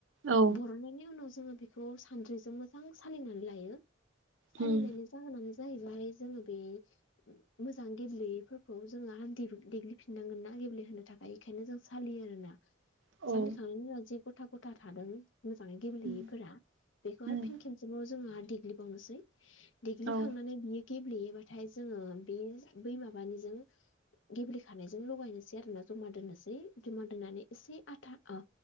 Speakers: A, on the right; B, on the left.
A: औ
B: बर'नायनि उनाव जोङो बेखौ सानद्रिजों मोजां सालिनानै लायो। सालिनायनि
A: उम
B: जाहोनानो जाहैबाय जोङो बे मो मोजां गेब्लेयैफोरखौ जोङो देग्लिफिनांगोन ना गेब्लेहोनो थाखाय बेखायनो जों सालियो आरोना।
A: औ
B: सालिखांनायनि उनाव जि गथा गथा थादों। मोजाङै गेब्लेयैफोरा
A: उम
B: बेखौ आरो
A: उम
B: फिन खेमसिमाव जोङो आरो देग्लिबावनोसै देग्लिखांनानै
A: औ
B: बियो गेब्लेयोबाथाय जोङो बे बै माबानिजों। गेब्लेखानायजों लगायनोसै आरोना जमा दोननोसै जमा दोन्नानै एसे आथा